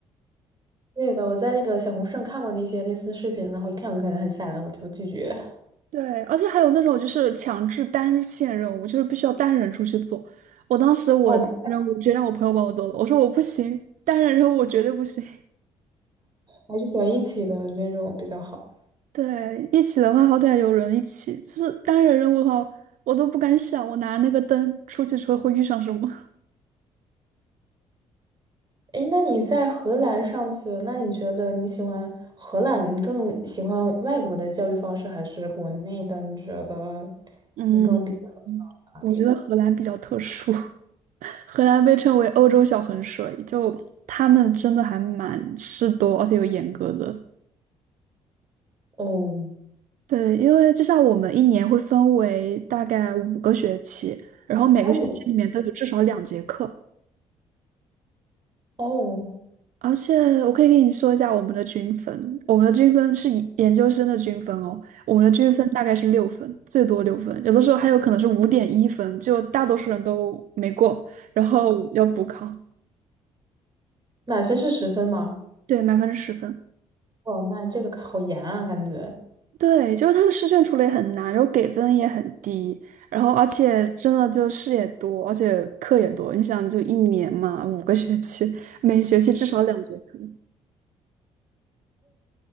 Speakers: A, on the right; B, on the right.
A: 对的，我在那个小红书上看过那些类似的视频，然后一看我就感觉很吓人，我就拒绝。
B: 对，而且还有那种就是强制单线任务，就是必须要单人出去做。我当时我的任务直接让我朋友帮我做了，
A: 哦，我
B: 我说我不行，单人任务我绝对不行。
A: 还是喜欢一起的那种比较好。
B: 对，一起的话，好歹有人一起。就是单人任务的话，我都不敢想，我拿那个灯出去之后会遇上什么。
A: 诶，那你在荷兰上学，那你觉得你喜欢荷兰，你更喜欢外国的教育方式还是国内的？你觉得
B: <laughs> 嗯，
A: 你更比较喜欢哪里的？
B: 我觉得荷兰比较特殊，<laughs> 荷兰被称为欧洲小衡水，就他们真的还蛮事多，而且有严格的。
A: 哦
B: 对，因为就像我们一年会分为大概五个学期，然后每个学期里面都有至少两节课，
A: 啊，我哦，
B: 而且我可以跟你说一下我们的均分，我们的均分是以研究生的均分哦，我们的均分大概是六分，
A: 嗯
B: 最多六分，有的时候还有可能是五点一分，就大多数人都没过，然后要补考。
A: 啊满分是十分吗？
B: 对，满分是十分。
A: 哇，那这个好严啊，感觉。
B: 对，就是他们试卷出的也很难，然后给分也很低，然后而且真的就事也多，而且课也多。你想，就一年嘛，五个学期，每学期至少两节课。